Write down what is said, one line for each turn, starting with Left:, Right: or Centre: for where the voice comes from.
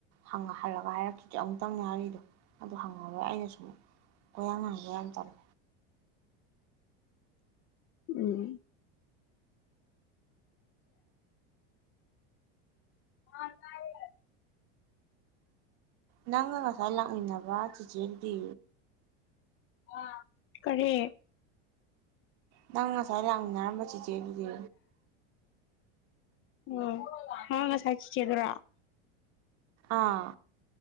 Right: ꯍꯪꯉꯥ ꯍꯜꯂꯒ ꯍꯥꯏꯔꯛꯈꯤꯗꯦ ꯑꯃꯨꯛꯇꯪꯅꯦ ꯍꯥꯢꯔꯛꯢꯗꯣ ꯑꯗꯨ ꯍꯪꯉꯥꯔꯣꯏ ꯑꯩꯅ ꯁꯨꯝ ꯀꯣꯏꯍꯪ ꯍꯪꯡꯕ ꯌꯥꯝ ꯇꯜꯂꯦ
Left: ꯎꯝ ꯑꯥ ꯇꯥꯢꯌꯦ
Right: ꯅꯪꯒ ꯉꯥꯁꯥꯏ ꯂꯥꯛꯃꯤꯟꯅꯕ ꯆꯤꯆꯦꯗꯨꯗꯤ
Left: ꯑꯥ ꯀꯔꯤ
Right: ꯅꯪ ꯉꯥꯁꯥꯢ ꯉꯥꯁꯥꯢ ꯂꯥꯛꯃꯤꯟꯅꯔꯝꯕ ꯆꯤꯆꯦ ꯗꯨꯗꯤ
Left: ꯑꯣ ꯃꯉꯥꯁꯥꯢ ꯆꯦꯆꯦ ꯗꯨꯔꯣ
Right: ꯑꯥ